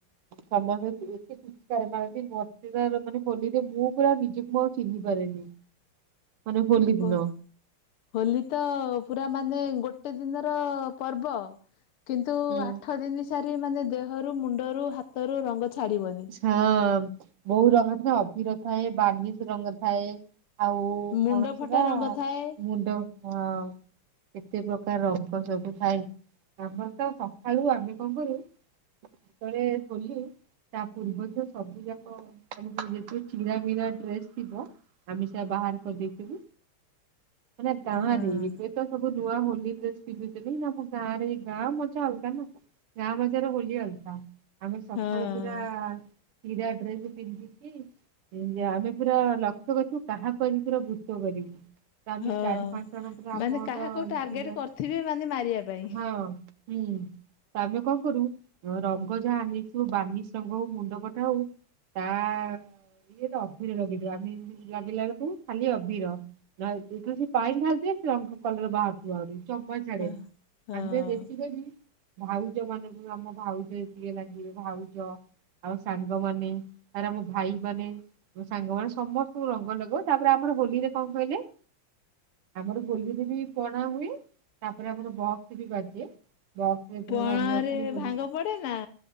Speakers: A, on the right; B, on the left.
A: ସମସ୍ତ <unintelligible> ରଙ୍ଗ ମାରନ୍ତି ମତେ ତ ଲୋକମାନେ ହୋଲିରେ ମୁଁ ପୁରା ନିଜକୁ ଆଉ ଚିହ୍ନି ପାରେନି।
B: <inaudible>
A: ମାନେ ହୋଲି ଦିନ।
B: ହୋ ହୋଲି ତ-ଅ-ଅ-ଅ ପୁରା ମାନେ ଗୋଟେ ଦିନର-ଅ-ଅ ପର୍ବ। କିନ୍ତୁ
A: ହୁଁ
B: ଆଠ ଦିନ ସାରି ମାନେ ଦେହରୁ ମୁଣ୍ଡରୁ ହାତରୁ ରଙ୍ଗ ଛାଡିବନି।
A: ହଁ-ଅ-ଅ ବହୁ ରଙ୍ଗ ଥାଏ ଅଭିିର ଥାଏ ବାନିଶ ରଙ୍ଗ ଥାଏ। ଆଉ-ଉ-ଉ
B: ମୁଣ୍ଡ
A: କଣ ସେରା
B: ଫଟା ରଙ୍ଗ ଥାଏ
A: ମୁଣ୍ଡ
B: <inaudible>
A: ହଁ କେତେ ପ୍ରକାର ରଙ୍ଗ ସବୁ ଥାଏ। ଆମର ତ ସଖାଳୁ ଆମେ କଣ କରୁ ସେତବେଳେ ହୋଲି ତା ପୂର୍ବଦିନ ସବୁ ଯାକ ଆମର ଯେତିକି ଚିରାମୀରା ଡ୍ରେସ ଥିବ ଆମେ ସେରା ବାହାର କରିଦେଇଥିବୁ, ମାନେ ଗାଁରେ
B: ହଁ
A: ଏବେ ତ ସବୁ ନୂଆ ହୋଲି ଡ୍ରେସ୍ ପିନ୍ଧୁଥିଲି ନା, ଆମ ଗାଁ ରେ ଗାଁ ମଜା ଅଲଗା ନା। ଗାଁ ମଜାରେ ହୋଲି ଅଲଗା ଆମେ ସକାଳୁ
B: ହଁ
A: ଆ ଚିରା ଡ୍ରେସ ପିନ୍ଧିକି ଯେ ଆମେ ପୁରା ଲକ୍ଷ୍ୟ କରିଥିବୁ କାହାକୁ ଆଜି ପୁରା ଭୂତ କରିବୁ। ତମେ
B: ହଁ
A: ଚାରି ପାଞ୍ଚ ଜଣ ଙ୍କର ଆମ
B: ମାନେ
A: ହେବ
B: କାହାକୁ ଟାର୍ଗେଟ
A: ଯେତିକ
B: କରିଥିବେ ମାନେ ମାରିବା ପାଇଁ
A: ହଁ ହୁଁ। ତା ଦେହ ରେ କଣ କରୁ ଅ ରଙ୍ଗ ଯାହା ଆଣିଥିବୁ ବାନିସ୍ ତାଙ୍କୁ କହୁ ମୁଣ୍ଡ ଫଟା ହଉ ତା-ଆ-ଆ ଇଏ ତ ଅଭିର ଲଗେଇଦବା ଆମେ ଏମିତି ଲଗେଇଲା ବେଳକୁ ଖାଲି ଅଭିର। ନ ତୁ ଯଦି ପାଣି ଢାଳି ଦିଅ ସେ ରଙ୍ଗ କଲର ବାହାରୁ ରୁ ଥିବ ଆହୁରି ଜମା ଛାଡେନି
B: ହଁ। ହଁ
A: ଆମେ ବେଶୀକରି ଭାଉଜ ମାନଙ୍କୁ ଆମ ଭାଉଜ ଏତିକେ ଲାଗିବେ ଭାଉଜ। ଆଉ ସାଙ୍ଗମାନେ ଆରେ ଆମ ଭାଇ ମାନେ। ମୋ ସାଙ୍ଗମାନେ ସମସ୍ତଙ୍କୁ ରଙ୍ଗ ଲଗାଉ ତାପରେ ଆମର ହୋଲିରେ କଣ କହିଲେ ଆମର ହୋଲିରେ ବି ପଣା ହୁଏ। ତାପରେ ଆମର ବକ୍ସ ବି ବାଜେ ବକ୍ସ ରେ ପୁରା
B: ପଣାରେ
A: ରଙ୍ଗ ଖାଲି ହୋଲି
B: ଭାଙ୍ଗ ପଡେନା?